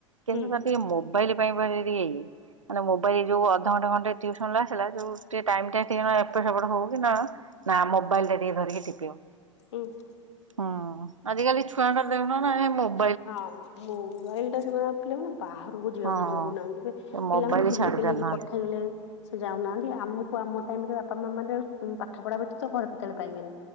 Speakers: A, on the right; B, on the left.
A: କିନ୍ତୁ
B: ହୁଁ
A: ତା ଟିକେ ମୋବାଇଲ ପାଇଁ ଟିକେ ଇଏ। ମାନେ ମୋବାଇଲ ଯୋଉ ଅଧଘଣ୍ଟା ଘଣ୍ଟେ ଟିଉସନରୁ ଆସିଲା ଯୋଉ ଟିକେ ଟାଇମଟା ଏପଟ ସେପଟ ହଉ କି ନା ନାଁ, ମୋବାଇଲଟା ଟିକେ ଧରକି ଟିପିଵ।
B: ହୁଁ,
A: ହଁ, ଆଜିକାଲି ଛୁଆଙ୍କ ଦେହ <unintelligible>
B: ହଁ ମୋବାଇଲ ଟା ସେମାନେ ପିଲାମାନେ ବାହାରକୁ ଯିବାକୁ
A: ହଁ
B: ମଙ୍ଗୁନାହାନ୍ତି।
A: ସେ ମୋବାଇଲ
B: ପିଲାଙ୍କୁ ଠେଲି
A: ଛାଡି
B: ଫେଲିକି
A: ପାରୁନାହାନ୍ତି।
B: ପଠେଇଲେ। ସେ ଯାଉନାହାନ୍ତି। ଆମକୁ ଆମ ଟାଇମରେ ବାପା ମା ମାନେ ପାଠ ପଢା ବ୍ୟତୀତ ଘରେ କେତେବେଳେ ପାଇବେନି।